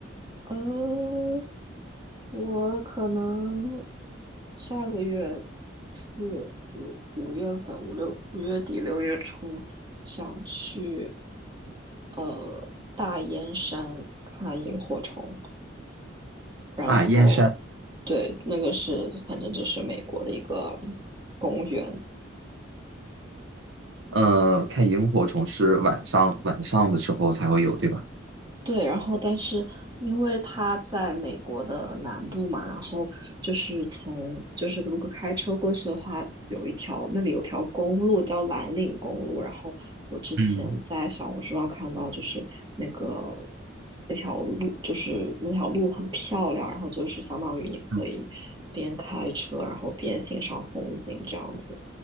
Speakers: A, on the right (about 25°); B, on the right (about 70°).
A: 呃，我可能下个月四五五月份五六五月底六月初想去呃大燕山看萤火虫，然后
B: 啊，燕山，
A: 对那个是反正就是美国的一个公园，
B: 呃，看萤火虫是晚上晚上的时候才会有，对吧？
A: 对，然后但是因为它在美国的南部嘛，然后就是从就是如果开车过去的话，有一条那里有条公路叫蓝岭公路，然后我之前在小红书上看到，
B: 嗯，
A: 就是那个那条路，就是那条路很漂亮，然后就是相当于你可以边开车，
B: 嗯
A: 然后边欣赏风景这样子，